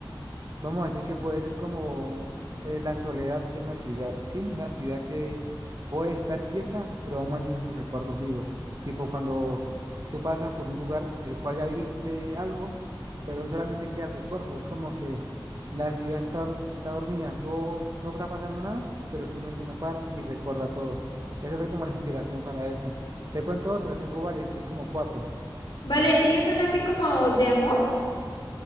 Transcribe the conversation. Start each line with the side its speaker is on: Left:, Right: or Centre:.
Right: vamos a decir que puede ser como eh, la soledad de una ciudad, ¿sí? Una ciudad que puede estar quieta, pero aún mantiene sus recuerdos vivos. Tipo cuando tú pasas por un lugar el cual ya viviste algo, pero solamente queda el recuerdo. Es como que la ciudad está, dor- está dormida, todo, no está pasando nada, pero tu mente no para y recuerda todo. Eso fue como la inspiración para esa. Te cuento otra, tengo varias, escribí como cuatro.
Left: Vale, ¿tienes una así como de amor?